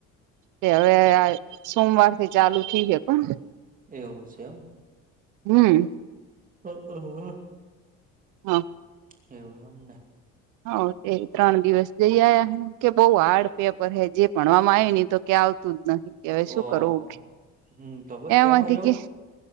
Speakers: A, on the right; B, on the right.
A: હવે આ સોમવાર થી ચાલુ થઇ હ કોણ.
B: એવું છે એમ.
A: હમ.
B: ઓ ઓહ.
A: હા.
B: એવું એમ ને.
A: હા તે ત્રણ દિવસ. જઈ આ કે બઉુ હાર્ડ પેપર હે જે ભણવામાં આવી નને તો ક્યાં આવતું જ નહી. કે હવે શું
B: ઓહો
A: કરવું કે
B: હમ તો બસ
A: એમાંથી
B: એમાં એવું
A: કે.